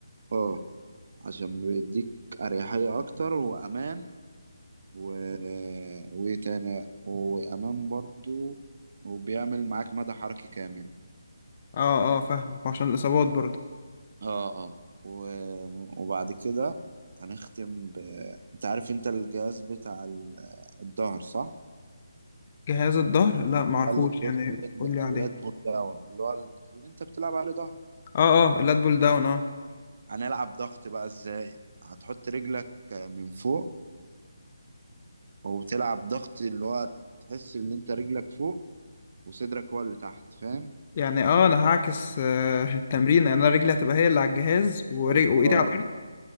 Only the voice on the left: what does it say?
اه اه فاهمك عشان الإصابات برضو
جهاز الظهر لا معرفوش
يعني قولي
عليه
اه اه اللات بول داون اه
يعني اه انا هعكس آه <laughs> التمرين يعني انا رجلي هتبقى هي اللي على الجهاز ورج... وايدي
على الارض